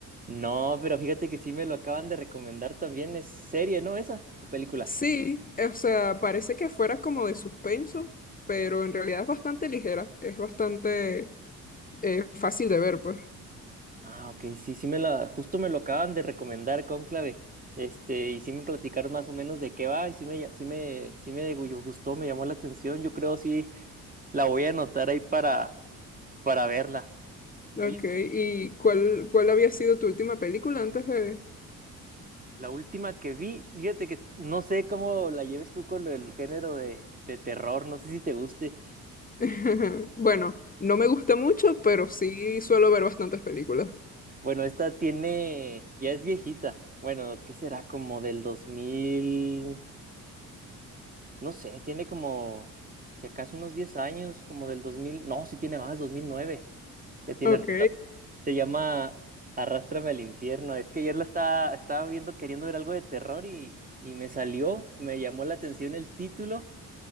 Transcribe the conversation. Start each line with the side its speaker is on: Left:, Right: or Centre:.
Right: No, pero fíjate que sí me lo acaban de recomendar también. Es serie, ¿no? ¿Esa? ¿O película?
Left: Sí, o sea, parece que fuera como de suspenso, pero en realidad es bastante ligera, es bastante eh, fácil de ver, pues.
Right: Ah, ok, sí, sí me la, justo me lo acaban de recomendar Cónclave. Este, y sí me platicaron más o menos de qué va, y sí me, sí me, sí me gustó, me llamó la atención. Yo creo sí. La voy a anotar ahí para, para verla.
Left: Ok,
Right: Oye,
Left: ¿y cuál, cuál había sido tu última película antes de...?
Right: la última que vi, fíjate que no sé cómo la lleves tú con el género de, de terror, no sé si te guste.
Left: <laughs> Bueno, no me gusta mucho, pero sí suelo ver bastantes películas.
Right: Bueno, esta tiene, ya es viejita. Bueno, ¿qué será? Como del 2000? no sé, tiene como, si acaso unos 10 años, como del 2000. no, sí tiene más, Dos mil nueve. Ya tiene
Left: Ok,
Right: rato. Se llama Arrástrame al infierno. Es que ayer la estaba, estaba viendo, queriendo ver algo de terror y, y me salió, me llamó la atención el título